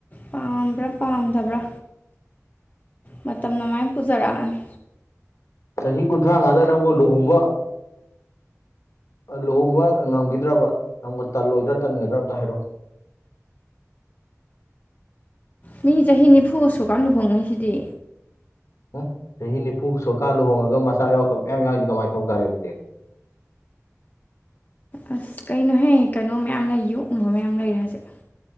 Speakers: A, on the left; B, on the left.
A: ꯄꯥꯝꯕ꯭ꯔꯥ ꯄꯥꯝꯗꯕ꯭ꯔꯥ ꯃꯇꯝꯅ ꯃꯥꯏ ꯄꯨꯖꯔꯛꯑꯅꯤ
B: ꯆꯍꯤ ꯈꯨꯨꯊ꯭ꯔꯥꯉꯥꯗ ꯅꯪꯕꯨ ꯂꯨꯍꯣꯡꯕ ꯑꯥ ꯂꯨꯍꯣꯡꯕ ꯉꯝꯒꯤꯗ꯭ꯔꯕ ꯅꯪꯕꯨ ꯇꯜꯂꯣꯏꯗ꯭ꯔꯥ ꯇꯟꯒꯗ꯭ꯔꯥ ꯑꯝꯇ ꯍꯥꯏꯔꯛꯑꯣ
A: ꯃꯤ ꯆꯍꯤ ꯅꯤꯐꯨ ꯁꯨꯔꯀꯥꯟ ꯂꯨꯍꯣꯡꯅꯩꯖꯤꯗꯤ
B: ꯍꯨꯝ ꯆꯍꯤ ꯅꯤꯐꯨ ꯁꯨꯔꯀꯥꯟ ꯂꯨꯍꯣꯡꯉꯒ ꯃꯆꯥ ꯌꯥꯎꯗꯕ ꯃꯌꯥꯝ ꯌꯥꯎꯏꯖꯤ ꯀꯃꯥꯏ ꯇꯧ ꯇꯥꯔꯦ ꯑꯗꯨꯗꯤ
A: ꯑꯁ ꯀꯩꯅꯣꯍꯦ ꯀꯩꯅꯣ ꯃꯌꯥꯝ ꯂꯩ ꯌꯣꯛꯅꯕ ꯃꯌꯥꯝ ꯂꯩꯔꯦ ꯍꯧꯖꯤꯛ